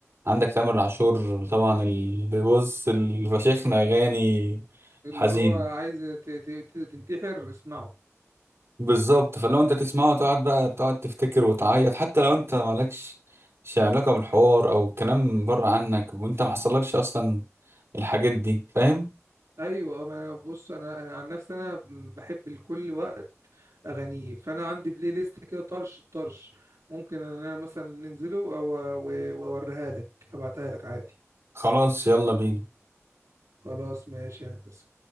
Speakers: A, on the right; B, on the right.
A: عندك تامر عاشور طبعا اللي بص الفشيخنا اغاني
B: اللي
A: حزين
B: هو عايز ت- ت- ت- تنتحر اسمعه
A: بالظبط فلو انت تسمعه تقعد بقى تقعد تفتكر وتعيط حتى لو انت مالكش شي علاقه بالحوار او كلام بره عنك وانت محصلكش اصلا الحاجات دي فاهم
B: ايوه آه، ما انا بص انا انا عن نفسي انا بحب لكل وقت اغانيه فانا عندي بلاي ليست كده طرش طرش ممكن ان انا مثلا ننزله او و- واوريها لك ابعتها لك عادي
A: خلاص يلا بينا
B: خلاص ماشي يا هندسة